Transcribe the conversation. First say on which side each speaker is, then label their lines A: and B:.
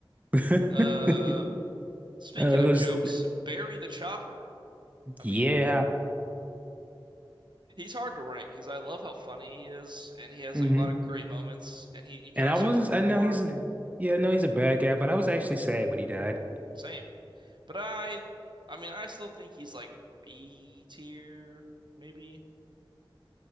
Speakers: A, on the right; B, on the right.
A: <laughs>
B: Uh, speaking
A: Uh, it
B: of
A: was
B: jokes, Barry the Chopper. I
A: yeah.
B: mean, he's hard to rank because I love how funny he is, and he has
A: Mm-hmm.
B: like a lot of great moments, and he you kind
A: And I
B: of start
A: was,
B: to root
A: I know
B: for
A: he's,
B: him.
A: yeah, I know he's a bad guy, but I was actually sad when he died.
B: Same, but I, I mean, I still think he's like B tier, maybe.